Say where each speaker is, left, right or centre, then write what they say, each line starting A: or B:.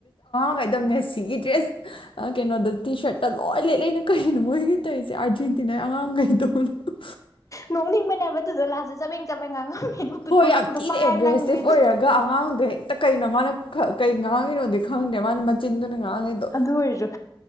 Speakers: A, on the left; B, on the left.
A: <unintelligible> ꯑꯩꯈꯣꯌꯗꯥ ꯃꯦꯁꯤꯒꯤ ꯗ꯭ꯔꯦꯁ ꯀꯩꯅꯣꯗ ꯇꯤ ꯁꯥꯔꯠꯇ ꯂꯣꯏ ꯂꯦꯠꯂꯦꯅ ꯀꯩꯅꯣ ꯃꯣꯏꯒꯤ ꯇꯧꯔꯤꯁꯦ ꯑꯥꯔꯖꯦꯟꯇꯤꯅꯥꯏꯒꯤ ꯑꯉꯥꯡꯈꯩꯗꯣ ꯅꯥ
B: ꯅꯣꯡꯅꯤꯡꯕꯅꯦꯕ ꯑꯗꯨꯗꯣ ꯂꯥꯁꯇ ꯆꯄꯦꯡ ꯆꯄꯦꯡ ꯉꯥꯡꯉꯝ <unintelligible> ꯄꯤꯛꯇ꯭ꯔꯣ
A: ꯍꯣꯏ ꯌꯥꯝ
B: ꯄꯤꯛꯄꯨꯗꯣ
A: ꯊꯤꯅ
B: ꯄꯥꯏꯔ
A: ꯑꯦꯒ꯭ꯔꯦꯁꯤꯞ
B: ꯂꯪꯒꯔ꯭ꯤ ꯗꯨꯅꯤ
A: ꯑꯣꯏꯔꯒ ꯑꯉꯥꯡꯗꯣ ꯍꯦꯛꯇ ꯀꯩꯅꯣ ꯃꯥꯅ ꯀꯩ ꯉꯥꯡꯉꯤꯅꯣꯗꯤ ꯈꯪꯗꯦ ꯃꯥꯅ ꯃꯆꯤꯟꯗꯨꯅ ꯉꯥꯡꯉꯤꯗꯣ
B: ꯑꯗꯨ ꯑꯣꯏꯔꯁꯨ